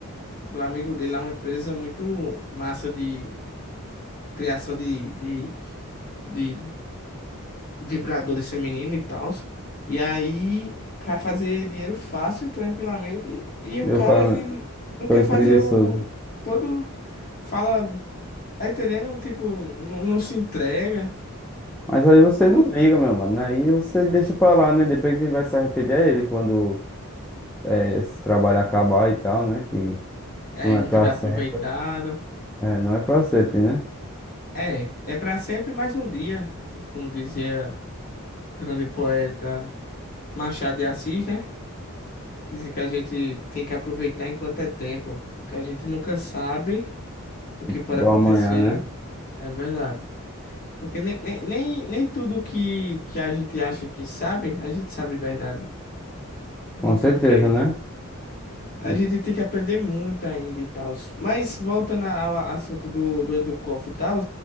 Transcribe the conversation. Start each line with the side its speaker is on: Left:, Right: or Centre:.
Left: do amigo dele, lá uma empresa muito massa de criação de, de, de vibradores femininos e tal. E aí, pra fazer dinheiro fácil, tranquilamente, e
Centre: eu,
Left: o cara,
Centre: cara,
Left: ele não
Centre: todo
Left: quer fazer
Centre: preguiçoso.
Left: o todo, fala, tá entendendo? Tipo, não, não se entrega.
Centre: Mas aí você
Left: Aí
Centre: não liga, meu mano. né? Aí você deixa pra lá, né? Depois quem vai se arrepender é ele quando eh, esse trabalho acabar e tal, né? Que
Left: aí
Centre: Não é
Left: não
Centre: pra
Left: tiver
Centre: sempre.
Left: aproveitado.
Centre: É, não é pra sempre, né?
Left: É, é pra sempre mais um dia, como dizia grande poeta Machado de Assis, né? Dizem que a gente tem que aproveitar enquanto é tempo, porque a gente nunca sabe o que pode
Centre: Do
Left: acontecer,
Centre: amanhã, né?
Left: é verdade. Porque nem, nem, nem, nem tudo que, que a gente acha que sabe, a gente sabe verdade. Nem
Centre: Com certeza,
Left: tudo que a gente.
Centre: né?
Left: A
Centre: E-
Left: gente tem que aprender muito ainda e tal. Mas voltando a- ao assunto do, do Educoff e tal,